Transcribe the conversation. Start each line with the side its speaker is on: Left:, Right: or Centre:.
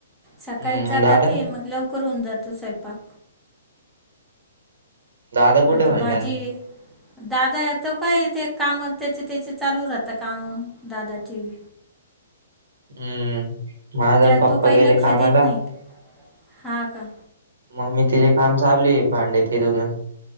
Centre: सकाळी
Right: हम्म
Centre: जातात
Right: अन दादा?
Centre: ते म लवकर ऊन जातो स्वयंपाक.
Right: दादा कुठे
Centre: आता
Right: म्हणलं?
Centre: बाजी दादा येतो काय ते काम त्याचे त्याचे चालू राहतं काम दादा चे वी.
Right: हम्म माझण
Centre: त्या
Right: पप्पा
Centre: तो काही
Right: गेले
Centre: लक्ष
Right: कामाला.
Centre: देत नाही हा का.
Right: मम्मी तिचेे काम चालूय भांडे ते धून.